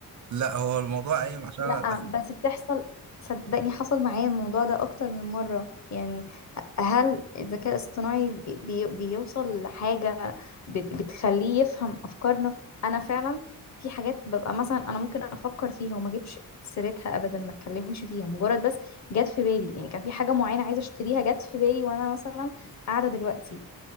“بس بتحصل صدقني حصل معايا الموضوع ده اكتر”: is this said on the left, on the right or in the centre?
Left